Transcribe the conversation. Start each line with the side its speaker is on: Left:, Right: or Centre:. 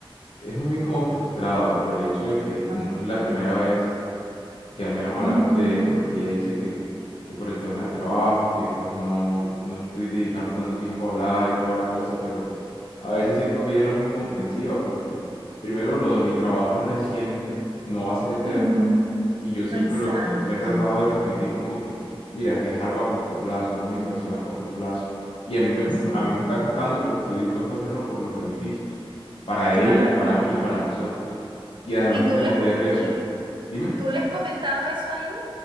Left: es más bien como frustrado por el hecho de que
Right: Ok.
Left: no es la primera vez que al menos hablamos
Right: Ujú,
Left: de eso, porque ella dice que, que por el tema del trabajo, que pues no, no estoy dedicando tanto tiempo a hablar y toda la cosa, pero a veces siento que ella no es muy comprensiva, porque primero lo de mi trabajo es reciente, no va a ser eterno,
Right: ujú.
Left: y yo siempre
Right: Exacto.
Left: lo- le le he tratado de transmitir como que, mira, es algo a corto plazo, es una inversión a corto plazo, y a mí me,
Right: Así.
Left: a mí me está costando, pero estoy dispuesto a hacerlo por los beneficios, para ella,
Right: Claro.
Left: para mí, para nosotros. Y además
Right: ¿Y
Left: entender
Right: tú les,
Left: eso.
Right: tú-
Left: Dime.
Right: ¿Tú le has comentado eso a ella?